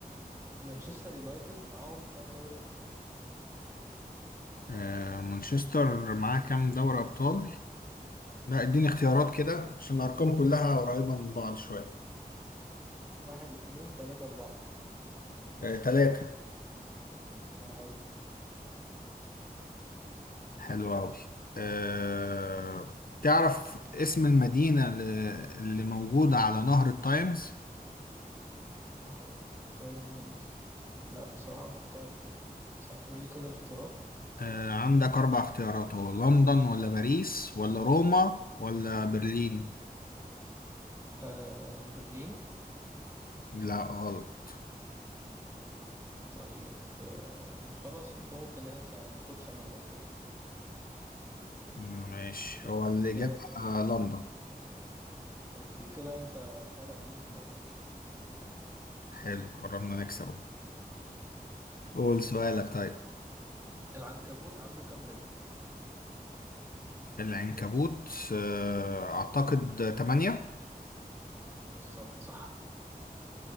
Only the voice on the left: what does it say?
آه مانشستر معاه كام دوري ابطال لا اديني اختيارات كده عشان الارقام كلها قريبة من بعض شوية
آه، تلاتة
حلو أوي أه... تعرف اسم المدينة اللي اللي موجودة على نهر التايمز
أه... عندك أربع اختيارات هو لندن ولا باريس ولا روما ولا برلين
لا غلط
ماشي هو الإجابة
آه، لندن
حلو قربنا نكسب قول سؤالك طيب
العنكبوت أه... أعتقد تمانية